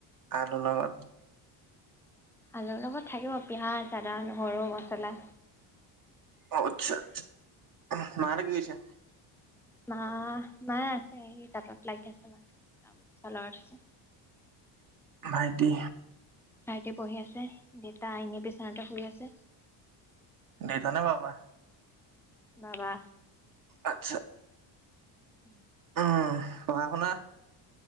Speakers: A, on the right; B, in the centre.
A: আলুৰ লগত
B: আলুৰ লগত থাকিব পিয়াজ আদা নহৰু মচলা
A: অ আচ্ছা আচ্ছা মাঁহতে কি কৰিছে
B: মা মায়ে আছে এই তাতত লাগি আছে মা গামোচা লগাই থৈছে
A: ভাইটি
B: ভাইটি পঢ়ি আছে দেউতা এনে বিচনাতে শুই আছে
A: দেতা নে বাবা
B: বাবা
A: আত্ছা
B: উম
A: উম পঢ়া শুনা